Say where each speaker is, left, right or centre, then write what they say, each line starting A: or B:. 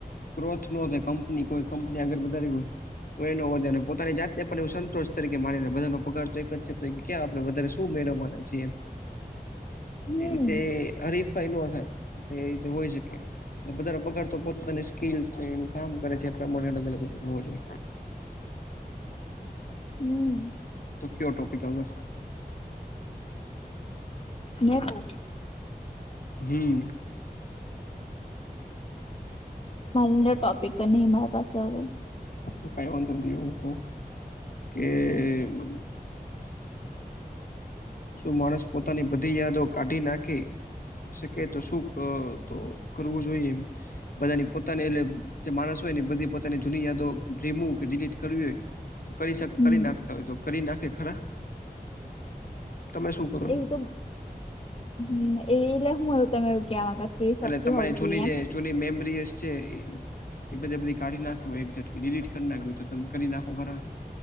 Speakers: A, on the left (about 65°); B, on the left (about 35°).
A: ગ્રોથ નો થાય કંપની કોઈ કંપની આગળ વધારી હોય. તો એનો વધે અને પોતાની જાતને પણ એ સંતોષ તરીકે માનીને બધાનો પગાર તો એક જતો ક્યા આપે વધારે. શું મેળવવાના છે એ
B: હમ
A: રીતે હરીફભાઈ નો થાય. એટલે એ રીતે હોય શકીએ. પગાર તો પોપતાની સ્કીલ છે એ કામ કરે છે એ પ્રમાણે અલગ અલગું હોવું જોઈએ.
B: હમ.
A: તો કયો ટોપિક અગાથ.
B: અને હો.
A: હમ.
B: મા ટોપિક નહી મારા પાસે હ.
A: તો કઈ વાંધ હું ક કે મ. શું માણસ પોતાની બધી યાદો કાઢી નાખે. શકે તો શું તો કરવું જોઈએ એમ. બધાની પોતાની એલે જે માણસ હોય ને બધી પોતાની જૂની યાદો રીમું કે ડિલીટ કરવી હોય. તો કરી શ
B: હમ
A: કરી નાખતા હોય તો કરી નાખે ખરા. તમે શું કરો
B: એવું
A: એમ?
B: તો હ એવી એટલે હું એવું તમે એવું ક આગણ. કેવી શક્તિ
A: એટલે તમારી
B: હઉ છે
A: જૂની
B: એમ.
A: જે જૂની મેમરીસ છે. એ બધે બધી કાઢી નાખી હોય એક ટકી ડિલીટ કરી નાખી હોય તો તમે કરી નાખો ખરા.